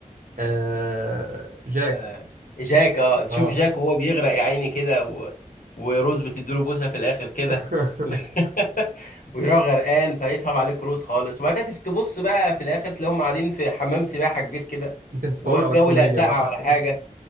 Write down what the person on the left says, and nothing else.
آه، جاك اه تشوف
جاك وهو بيغرق يا عيني كده و... وروز بتديله بوسه في الاخر كده
<laughs> ويروح غرقان فيصعب عليك روز خالص وبعد كده تبص بقى في الاخر تلاقيهم قاعدين في حمام سباحه كبير كده
والجو
لا ساقعه
ولا حاجه